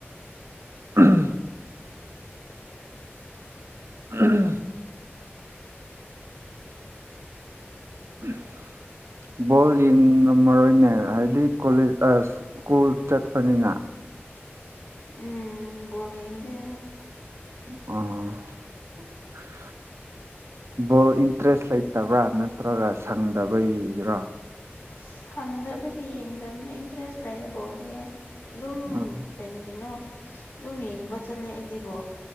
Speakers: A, on the right (about 80°); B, on the left (about 55°).
A: <unintelligible> <unintelligible> <unintelligible> ꯕꯣꯜ ꯌꯦꯡ ꯉꯝꯃꯔꯣꯏꯅꯦ ꯍꯥꯏꯗꯤ ꯀꯣꯂꯦ ꯁ꯭ꯀꯨꯜ ꯆꯠꯄꯅꯤꯅ
B: ꯎꯝ ꯕꯣꯜ ꯌꯦꯡꯗ
A: ꯑꯣ ꯕꯣꯜ ꯏꯟꯇꯔꯦꯁ ꯂꯩꯇꯕ꯭ꯔꯥ ꯅꯠꯇ꯭ꯔꯒ ꯁꯪꯗꯕꯒꯤꯔꯥ
B: ꯑꯁ ꯁꯪꯗꯕꯒꯤ ꯌꯦꯡꯗꯕꯅ ꯏꯟꯇꯔꯦꯁ ꯂꯩꯌꯦꯕꯥꯎꯗꯤ ꯑꯩ ꯑꯗꯨꯝ
A: <unintelligible>
B: ꯀꯔꯤꯒꯤꯅꯣ ꯑꯗꯨꯝ ꯌꯦꯡꯕ ꯆꯠꯂꯦ ꯑꯩꯗꯤꯕꯣ